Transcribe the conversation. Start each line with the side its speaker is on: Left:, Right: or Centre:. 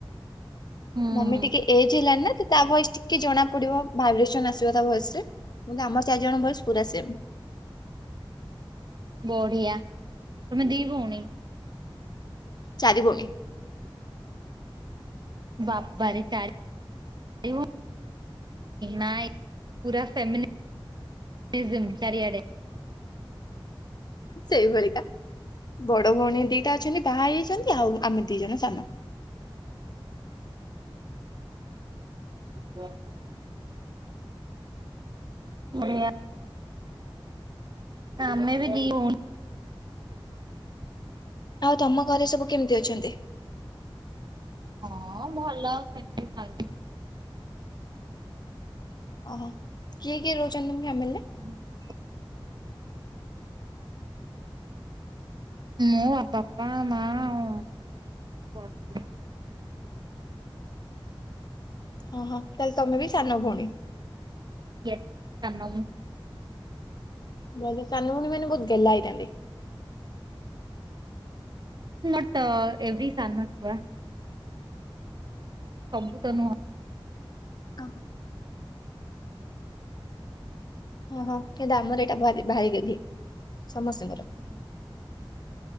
Right: ହୁଁ
Left: ମମି ଟିକେ ଏଜ୍ ହେଲାଣି ନା ତ ତା ଭଏସ୍ ଟିକେ କି ଜଣା ପଡିବ ଭାଇବ୍ରେସନ ଆସିବ ତା ଭଏସ୍ ରେ। କିନ୍ତୁ ଆମ ଚାରି ଜଣଙ୍କର ଭଏସ୍ ପୁରା ସେମ୍।
Right: ବଢିଆ। ତମେ ଦି ଭଉଣୀ?
Left: ଚାରି ଭଉଣୀ।
Right: ବାବାରେ, ଚାରି ଭଉଣୀ। ନାଇଁ, ପୁରା ଫ୍ୟାମିନିଜିମ୍ ଚାରିଆଡ଼େ।
Left: ସେଇଭଳିିକା। ବଡ ଭଉଣୀ ଦିଟା ଅଛନ୍ତି, ବାହା ହେଇ ଯାଇଛନ୍ତି। ଆଉ ଆମେ ଦି ଜଣ ସାନ।
Right: ହୁଁ। ନା ଆମେ ବି ଦି ଭଉଣୀ।
Left: ଆଉ ତମ ଘରେ ସବୁ କେମିତି ଅଛନ୍ତି?
Right: ହଁ ଭଲ ସେମିତି ଖାଉଚୁ।
Left: ଓହୋ, କିଏ କିଏ ରହୁଛନ୍ତି ତମ ଫ୍ୟାମିଲୀ ରେ?
Right: ହୁଁ ମୁଁ ବାପା, ମା ଆଉ ବଡ ଦି।
Left: ଓହଁ ତାହେଲେ ତମେ ବି ସାନ ଭଉଣୀ?
Right: ୟେ ସାନ ମୁଁ।
Left: ବ ସାନ ଭଉଣୀ ମାନେ ବହୁତ ଗେହ୍ଲା ହେଇଥାନ୍ତି।
Right: ନଟ ଏଭ୍ରି ସାନ ଛୁଆ। ସବୁ ତ ନୁହଁ।
Left: ଅହ୍। ହଁ ହଁ କିନ୍ତୁ ଆମର ଏଇଟା ଭାରି ଭାରି ଗେହ୍ଲି ସମସ୍ତଙ୍କର।
Right: ହୁଁ।